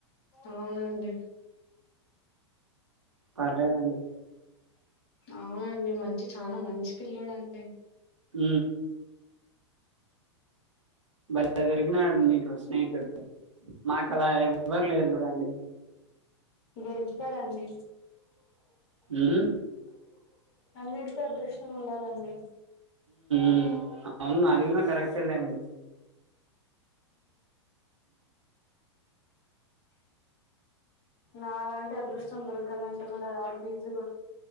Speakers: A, on the left; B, on the right.
A: అవును
B: పర్లేదండి
A: అవునండి మంచి చాలా మంచి పిల్లోడండి
B: ఊ భలే దొరికినాడు మీకు స్నేహితుడు మాకు అలా ఎబ్ వ్వరు లేరు చూడండి
A: దొరుకుతారండి
B: ఉమ్
A: అన్నిటికీ అదృష్టం ఉండాలండి
B: ఊ అవును అది కూనా కరెక్టే లేండి
A: నాలంటి అదృష్టం దొరకాలంటే కూడా అలా అంతే ఈజీ